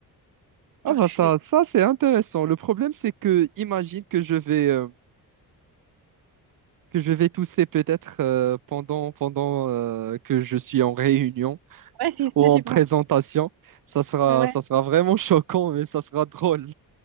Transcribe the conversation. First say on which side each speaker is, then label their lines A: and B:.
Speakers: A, on the right; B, on the right.
A: Genre,
B: Ah bah
A: tu
B: ça,
A: fais quoi?
B: ça c'est intéressant. Le problème, c'est que imagine que je vais... euh, que je vais tousser peut-être euh, pendant, pendant euh, que je suis en réunion
A: Ouais, c'est ça,
B: ou en
A: j'ai
B: présentation.
A: pas...
B: Ça sera,
A: Ouais.
B: ça sera vraiment <laughs> choquant, mais ça sera drôle.